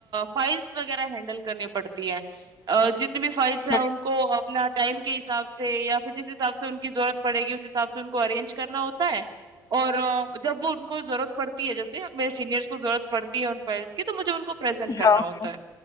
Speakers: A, on the right; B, on the left.
A: फाइल्स वगैरह हैंडल करनी पड़ती है जितनी भी फाइल्स हैं
B: हम्म,
A: उनको अपना टाइम के हिसाब से या फिर जिस हिसाब से उनकी जरूरत पड़ेगी उस हिसाब से उनको अरेंज करना होता है और अ, जब वो उनको जरूरत पड़ती है जैसे मेरे सीनियर्स को जरूरत पड़ती है उन फाइल्स की तो मुझे उनको प्रेजेंट करना
B: हाँ
A: होता
B: हाँ।
A: है